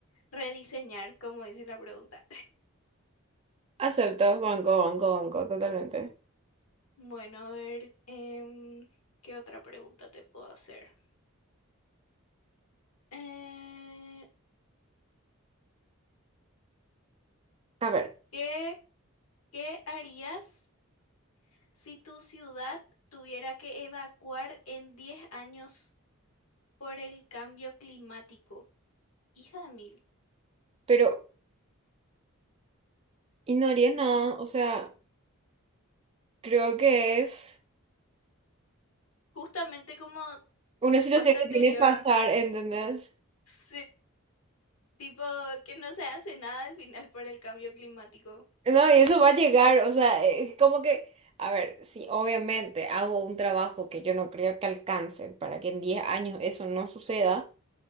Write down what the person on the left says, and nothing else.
Rediseñar, como dice la pregunta.
Bueno, a ver, em, ¿qué otra pregunta te puedo hacer? Eh,
¿qué, qué harías si tu ciudad tuviera que evacuar en 10 años por el cambio climático? Hija de mil.
Justamente como
respuesta
anterior,
sí, tipo que no se hace nada al final por el cambio climático.